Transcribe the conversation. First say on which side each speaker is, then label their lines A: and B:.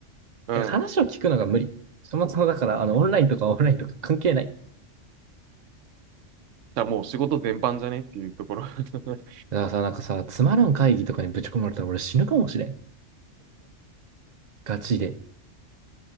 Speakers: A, on the right; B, on the right.
A: うん。
B: いや話を聞くのが無理。そもそもだから、あの、オンラインとかオフラインとか関係ない。
A: じゃあもう仕事全般じゃねっていうところ。<laughs>
B: だからさ、なんかさ、つまらん会議とかにぶち込まれたら俺死ぬかもしれん。ガチで。